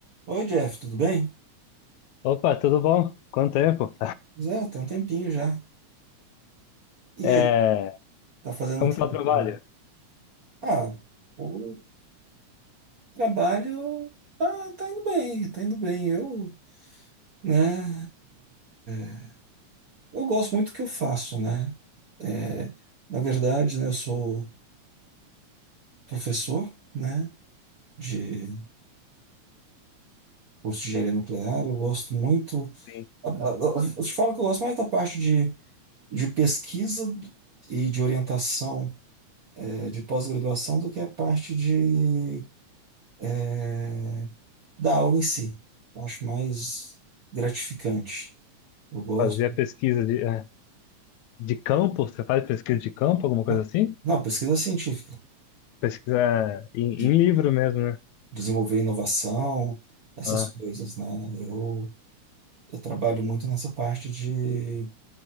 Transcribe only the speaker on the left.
Opa, tudo bom? Quanto tempo?
É,
como
está
o trabalho?
Sim.
Fazer pesquisa de, é, de campo? Você faz pesquisa de campo, alguma coisa
assim?
Pesquisa em,
em livro mesmo, né?
Ah,